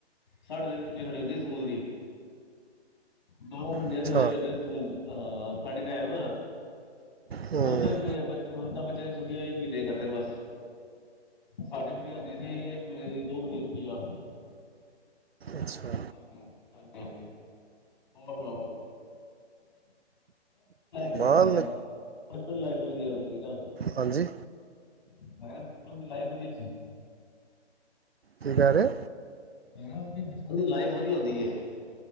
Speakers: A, on the left (about 45°); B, on the right (about 65°).
A: ਸਾਡੇ ਤਿੰਨ ਛੁੱਟੀ ਹੋਣੀ ਹੁੰਦੀ ਸਕੂਲ ਦੀ, ਦੋ ਮਹੀਨਿਆਂ
B: ਅੱਛਾ
A: <unintelligible> ਮਜ਼ੇ ਕਰਦੇ ਸਕੂਲ, ਹਾਂ, ਸਾਡੇ ਟਾਈਮ ਆ
B: ਹੂੰ
A: ਹੁਣ ਤਾਂ ਹੁਣ ਤਾਂ ਬੱਚਿਆਂ ਦੀ ਛੁੱਟੀ ਇੱਕ ਮਹੀਨੇ ਦੀਆ ਕਰ ਦੇਣ ਬਸ, ਸਾਡੀ ਛੁੱਟੀ ਹੁੰਦੀ ਸੀ ਇੱਕ ਮਹੀਨੇ ਦੀ ਦੋ ਮਹੀਨੇ ਦੀ ਛੁੱਟੀ ਆ।
B: ਅੱਛਾ
A: ਹਾਂਜੀ-ਹਾਂਜੀ-ਹਾਂਜੀ, <unintelligible> ਲਾਈਫ ਵਧੀਆ
B: ਮਾਲ
A: ਯਾਰ ਬਚਪਨ ਦੀ ਲਾਈਫ ਵਧੀਆ,
B: ਹਾਂਜੀ
A: <unintelligible>
B: ਕੀ ਕਹਿ ਰੇ
A: ਮੈ ਕਿਹਾ ਉਥੇ ਬਚਪਨ ਦੀ ਲਾਈਫ ਵਧੀਆ ਹੁੰਦੀ ਹੈ।